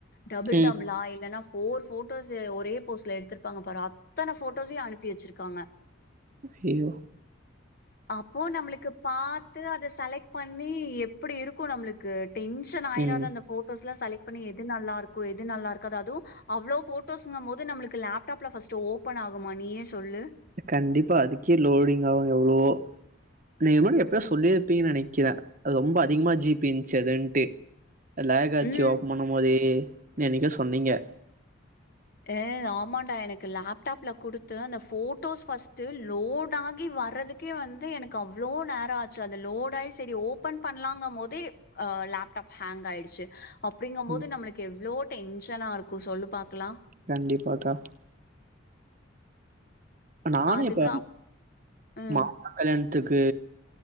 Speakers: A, on the left (about 50°); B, on the right (about 40°).
A: டபுள்
B: ம்
A: டபுளா இல்லனா ஃபோர் ஃபோட்டோஸு ஒரே போஸ்ல எடுத்துருப்பாங்க பாரு அத்தன ஃபோட்டோஸயு அனுப்பி வச்சிருக்காங்க
B: ஐயயோ
A: அப்போ நம்ளுக்கு பாத்து அத செலக்ட் பண்ணீ எப்டி இருக்கு நம்ளுக்கு டென் ஷன் ஆய்ராதா
B: ம்
A: அந்த ஃபோட்டோஸ்லா செலக் பண்ணி எது நல்லாருக்கோ எது நல்லாருக்காதோ அது அவ்ளோ ஃபோட்டோஸ்ங்கமோது நம்ளுக்கு லேப்டாப்ல ஃபர்ஸ்டு ஓபனா குமா நீயே சொல்லு
B: கண்டிப்பா அதுக்கே லோடிங்காவு எவ்ளவோ நீங்கமுனாடி எப்பயோ சொல்லிருப்பீங்கனு நெனைக்கிற அது ரொம்ப அதிகமா ஜீ பீ இருன்ச்சி அதுன்ட்டு லேகாச்சி
A: ம்.
B: ஓபன் பண்ணும்போதே என்னைக்கோ சொன்னீங்க
A: ஏ ஆமாண்டா எனக்கு லேப்டாப்ல குடுத்து அந்த ஃபோட்டோஸ் ஃபர்ஸ்டு லோட் ஆகி வறதுக்கே வந்து எனக்கு அவ்ளோ நேரோ ஆச்சி அது லோடாயி செரி ஓபன் பண்ணலாங்கபோதே லேப்டாப் ஹேங் ஆயிட்ச்சி அப்டிங்க மோது
B: ம்,
A: நம்ளுக்கு எவ்ளோ டென்ஷனா இருக்கு சொல்லு பாக்லா
B: கண்டிப்பா கா நானு
A: அதுக்கப்
B: இப்ப
A: ம்.
B: மாமா கல்யாணத்துக்கு